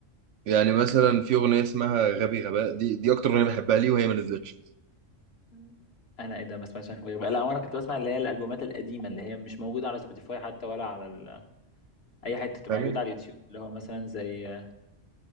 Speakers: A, on the right; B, on the left.
A: يعني مثلا في اغنيه اسمها غبي غباء دي دي اكتر اغنيه بحبها ليه وهي ما نزلتش
B: مم. انا ايه ده ما سمعتش عن خليجي بقى لا وانا كنت بسمع اللي هي الالبومات القديمه اللي هي مش موجوده على سبوتيفاي حتى ولا على ال... اي حته بتبقى
A: فاهم
B: موجوده على اليوتيوب اللي هو مثلا زي